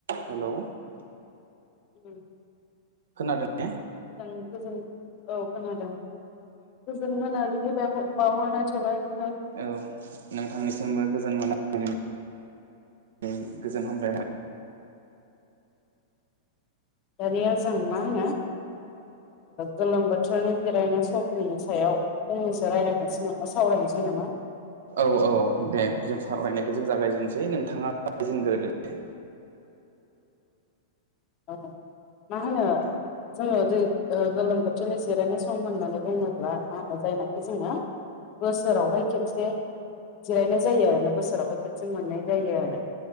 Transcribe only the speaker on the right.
Hello
खोनादों ने?
औ नोंथांनिसिमबो गोजोन मोननाय गोजोन हामलायबाय
औ - औ दे जों सावराय जों जागायजेननोसै नोंथांङा रायलाजेग्रोदो